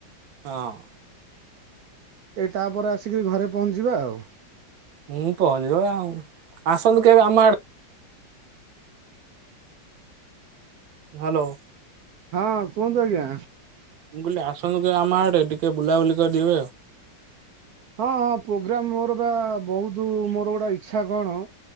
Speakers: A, on the right; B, on the right.
A: ହଁ
B: ଏ ତାପରେ ଆସିକରି ଘରେ ପହଞ୍ଚିବା ଆଉ।
A: ମୁଁ ପହଞ୍ଚିବ ଆଉ ଆସନ୍ତୁ କେବେ ଆମ ଆଡେ। ହ୍ୟାଲୋ
B: ହଁ କୁହନ୍ତୁ ଆଜ୍ଞା।
A: ମୁଁ କହିଲି ଆସନ୍ତୁ କେବେ ଆମ ଆଡେ ଟିକେ ବୁଲାବୁଲି କରି ଯିବେ ଆଉ।
B: ହଁ ହଁ ପ୍ରୋଗ୍ରାମ ମୋର ବା ବହୁତ ମୋର ଗୋଟେ ଇଛା କଣ